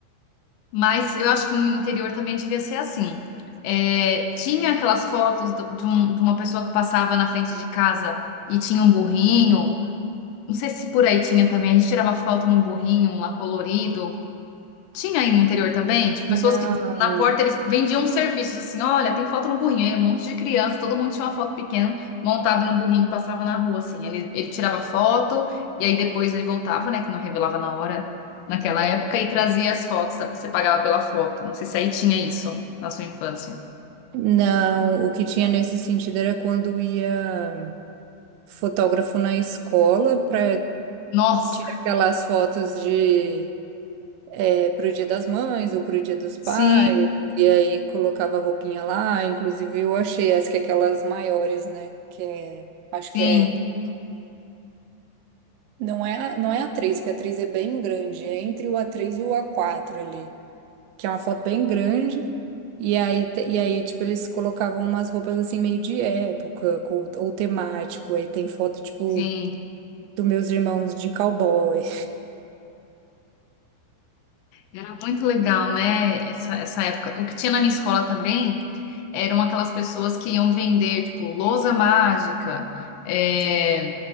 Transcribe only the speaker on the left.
Mas eu acho que no interior também devia ser assim. É, tinha aquelas fotos do- de, um- de uma pessoa que passava na frente de casa e tinha um burrinho. Não sei se por aí tinha também. A gente tirava foto num burrinho um lá colorido. Tinha aí no interior também, tipo,
pessoas que na porta eles vendiam serviços assim, olha, tem foto no burrinho, aí um monte de criança, todo mundo tinha uma foto pequena montada no burrinho que passava na rua, assim. Ele, ele tirava foto e aí depois ele voltava, né, que não revelava na hora, naquela época, e trazia as fotos, você pagava pela foto. Não sei se aí tinha isso na sua infância.
Nossa,
sim,
sim,
sim.
Era muito legal, né, essa, essa época. O que tinha na minha escola também eram aquelas pessoas que iam vender, tipo, lousa mágica. é,